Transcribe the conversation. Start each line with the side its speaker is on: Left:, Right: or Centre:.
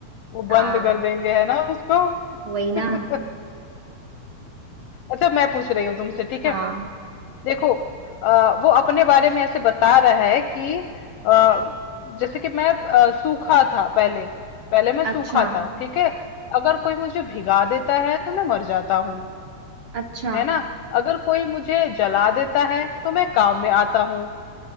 Left: वो
Right: हाँ
Left: बंद कर देंगे है ना उसको
Right: वही
Left: <laughs>
Right: ना
Left: अच्छा मैं पूछ रही हूँ तुमसे ठीक
Right: हाँ
Left: है देखो आ, वो अपने बारे में ऐसे बता रहा है कि आ, जैसे कि मैं अ, सूखा था पहले पहले मैं सूखा
Right: अच्छा
Left: था ठीक है अगर कोई मुझे भिगा देता है तो मैं मर जाता हूँ
Right: अच्छा
Left: है ना अगर कोई मुझे जला देता है तो मैं काम में आता हूँ